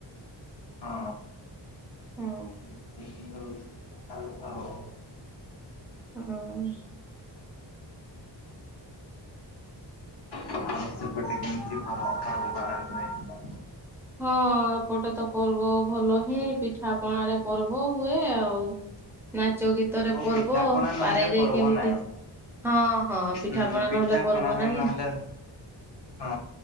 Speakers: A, on the left; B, in the centre.
A: ହଁ
B: ହଁ
A: ସେମିତି ହଉଛି ଆଉ ତ।
B: ହୁଁ ଉଁ।
A: <inaudible> ସେପଟେ କେମିତି ପର୍ବ ଫର୍ବ ପାଳନ ହୁଏ?
B: ହଁ ଏପଟେ ତ ପର୍ବ ଭଲ ହିଁ ପିଠାପଣାରେ ପର୍ବ ହୁଏ ଆଉ। ନାଚ ଗୀତରେ
A: ହଁ
B: ପର୍ବ
A: ପିଠାପଣା ନହେଲେ
B: ପାରାଇ ଯାଇ
A: ପର୍ବ
B: କେମିତି
A: ନାହିଁ।
B: ହଁ ହଁ ପିଠାପଣା
A: ହୁଁ ପିଠାପଣା
B: ନହେଲେ ପର୍ବ ନାହିଁ।
A: ନହେଲେ ହଁ